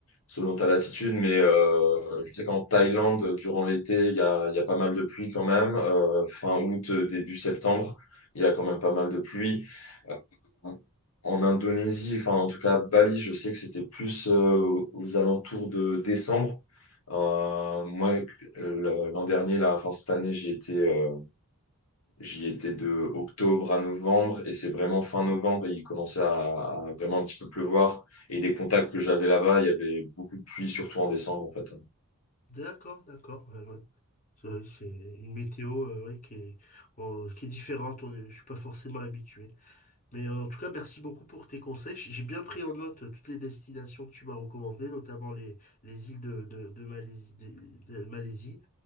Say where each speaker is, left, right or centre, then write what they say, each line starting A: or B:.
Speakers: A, on the left; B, on the left.
A: selon ta latitude. Mais euh, je sais qu'en Thaïlande, durant l'été, il y a, il y a pas mal de pluie quand même. Euh, fin août, euh, début septembre, il y a quand même pas mal de pluie. Euh, En Indonésie, enfin en tout cas Bali, je sais que c'était plus euh, aux alentours de décembre. Euh, moi, le- l'an dernier, là, enfin cette année, j'ai été euh, J'y étais de octobre à novembre et c'est vraiment fin novembre, il commençait à, à vraiment un petit peu pleuvoir. Et des contacts que j'avais là-bas, il y avait beaucoup de pluie, surtout en décembre en fait.
B: D'accord, d'accord. ouais, ouais. C'est vrai, c'est une météo euh, ouais, qui est, euh, qui est différente. On est- je suis pas forcément habitué. Mais euh, en tout cas, merci beaucoup pour tes conseils. J- J'ai bien pris en note euh, toutes les destinations que tu m'as recommandées, notamment les, les îles de, de, de Malaisie, de- de Malaisie.